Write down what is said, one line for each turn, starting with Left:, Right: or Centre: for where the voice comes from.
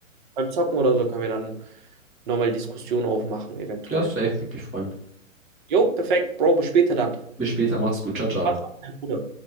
Right: Beim Zocken oder so können wir dann nochmal Diskussion aufmachen, eventuell.
Centre: Ja, safe, würde mich freuen.
Right: Jo, perfekt, Bro, bis später dann.
Centre: Bis später, mach's gut, ciao, ciao.
Right: Pass auf, mein Bruder.